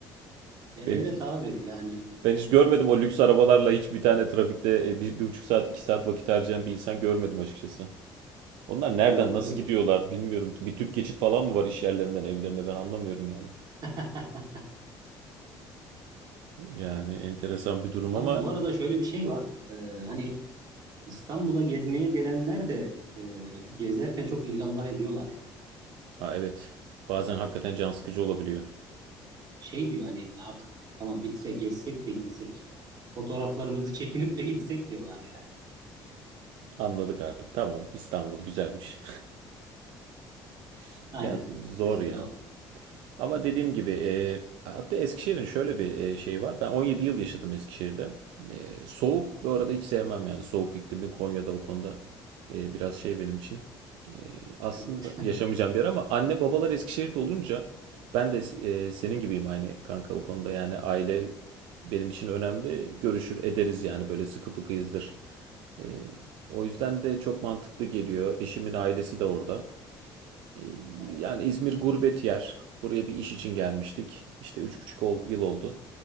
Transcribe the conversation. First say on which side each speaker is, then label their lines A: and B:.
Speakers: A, on the right; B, on the right.
A: E, evet
B: Ben,
A: abi yani
B: ben hiç görmedim o lüks arabalarla hiç bir tane trafikte e, bir, bir buçuk saat, iki saat vakit harcayan bir insan görmedim açıkçası. Onlar nereden
A: yok
B: nasıl
A: yok.
B: gidiyorlar bilmiyorum ki. Bir tüp geçit falan mı var iş yerlerinden evlerine ben anlamıyorum yani.
A: <laughs>
B: Yani enteresan bir durum
A: Abi
B: ama
A: bu arada şöyle bir şey var. Ee, hani İstanbul'a gezmeye gelenler de e, gezerken çok illallah ediyorlar
B: ya evet bazen hakikaten can sıkıcı olabiliyor.
A: şey diyor hani artık tamam bitse gezsek de gitsek. Fotoğraflarımızı çekinip de gitsek diyorlar yani.
B: Anladık artık tamam İstanbul güzelmiş. <laughs>
A: Aynen.
B: ya zor
A: Mesela
B: ya.
A: o.
B: Ama dediğim gibi e, hatta Eskişehir'in şöyle bir e, şeyi var. Ben 17 yıl yaşadım Eskişehir'de. E, soğuk bu arada hiç sevmem yani. Soğuk iklimi Konya'da o konuda e, biraz şey benim için. E, aslında
A: Evet. <laughs>
B: yaşamayacağım bir yer ama anne babalar Eskişehir'de olunca ben de e, senin gibiyim aynı kanka o konuda yani aile benim için önemli. Görüşür ederiz yani böyle sıkı fıkıyızdır. E, o yüzden de çok mantıklı geliyor. Eşimin ailesi de orada. E,
A: O.
B: Yani İzmir gurbet yer. Buraya bir iş için gelmiştik. İşte üç buçuk yıl oldu.